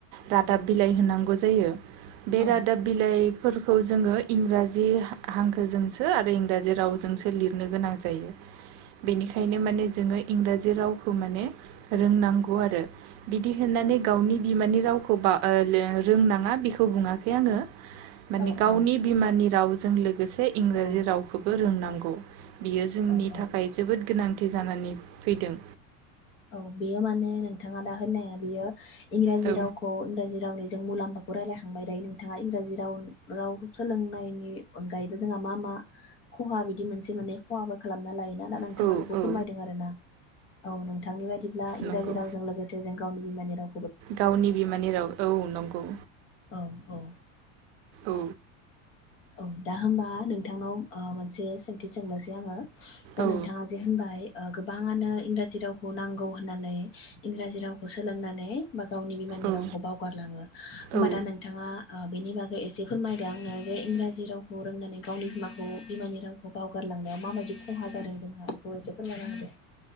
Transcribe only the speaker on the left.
औ
औ
औ
औ औ
औ बेयो माने नोंथाङा दा होननाया बियो। इंराजि
रावखौ इंराजि रावनि। जों मुलाम्फाखौ रायलायखांबाय दायो नोंथाङा इंराजि राव। रावखौ सोलोंनायनि अनगायैबो जोंहा मा मा खहा बिदि मोनसे मोननै खहाबो खालामना लायोना। दा नोंथाङा
बेखौ
फोरमायदों आरो ना औ नों नि बादिब्ला इंराजि
रावजों लोगोसे जों गावनि बिमानि राव।
औ औ
औ दा होमबा नोंथांनाव ओ मोनसे सोंथि सोंनोसै आङो। दा
नोंथाङा जे होनबाय। ओ गोबाङानो इंराजि राव खौ नांगौ होननानै इंराजि रावखौ सोलोंनानै। बा गावनि बिमानि
रावखौ बावगारलाङो होमबा
दा नोंथाङा ओ बेनि बागै गै एसे फोरमायदो आंनो जे इंराजि रावखौ रोंनानै गावनि बिमाखौ बिमानि रावखौ बावगारलांनायाव माबायदि खहा जादों जोंहा बेखौ एसे फोरमायना होदो।